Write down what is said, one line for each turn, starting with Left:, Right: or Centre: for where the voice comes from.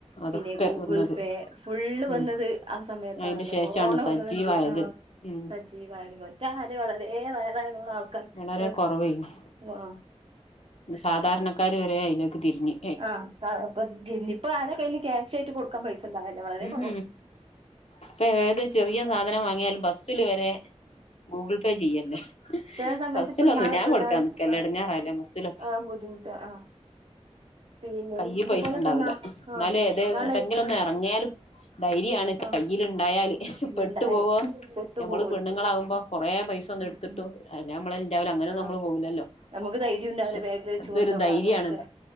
Left: അതൊക്കെ
Right: പിന്നെ ഗൂഗിൾ
Left: വന്നത്
Right: പേ ഫുള്ള്
Left: ഉം
Right: വന്നത് ആ, സമയത്താണല്ലോ
Left: അയിന്റെ ശേഷാണ്
Right: കൊറോണ
Left: സജീവായത്
Right: വന്നതോടു കൂടി ആ
Left: ഉം
Right: സജീവായത് മറ്റേ ആര് വളരേ റയറായിരുന്ന ആൾക്കാർക്ക്
Left: വളരെ കൊറവേയ്നി
Right: ആഹ്
Left: സാധാരണക്കാര് വരെ അതിലേക്ക് തിരിഞ്ഞു
Right: ആഹ് ഇപ്പ ഇ ഇപ്പൊ ആരെ കയ്യിൽ ക്യാഷ് ആയിട്ട് കൊടുക്കാൻ പൈസണ്ടാവില്ല വളരെ
Left: ഉം
Right: കുറവാ
Left: ഇപ്പൊ ഏത് ചെറിയ സാധനം വാങ്ങിയാലും ബസ്സില് വരെ ഗൂഗിൾ പേ ചെയ്യല്ലേ
Right: ചില സമയത്ത്
Left: ബസ്സിലൊന്നു
Right: ഇപ്പ നാളെ
Left: ഞാൻ
Right: ഇപ്പ
Left: കൊടുക്കാ
Right: നാളെ
Left: നിക്കല്ലേ
Right: ആഹ്
Left: എടുങ്ങാറല്ലേ ബസ്സില
Right: ആഹ് ബുദ്ധിമുട്ട് ആഹ് പിന്നെ
Left: കൈയിൽ
Right: ഇതുപോലെ
Left: പൈസ ഉണ്ടാവില്ല
Right: ഇപ്പ നാ
Left: എന്നാലും
Right: ആഹ്
Left: ഏത് ഏട്ടെങ്കിലും
Right: നാളെ
Left: ഇറങ്ങിയാലും ധൈര്യാണ് കയ്യിൽ
Right: ആഹ്
Left: ഇണ്ടായാല് പെട്ടു
Right: ഉണ്ടായാല്
Left: പോവോ
Right: പെട്ടു
Left: ഞമ്മള്
Right: പോവൂലെ
Left: പെണ്ണുങ്ങളാകുമ്പോ
Right: ഉം
Left: കൊറെ പൈസ ഒന്നും എടുത്തിട്ടു
Right: ഉം
Left: അല്ല നമ്മളെ ഉണ്ടാവൂലാ അങ്ങനെ ഒന്നും
Right: ആഹ്
Left: നമ്മള് പോവില്ലല്ലോ
Right: നമുക്ക് ധൈര്യം ഉണ്ടാവില്ല
Left: പക്ഷെ
Right: ബാഗിൽ വെച്ച്
Left: ഇതൊരു
Right: കൊണ്ടുപോകാനൊക്കെ
Left: ധൈര്യണ്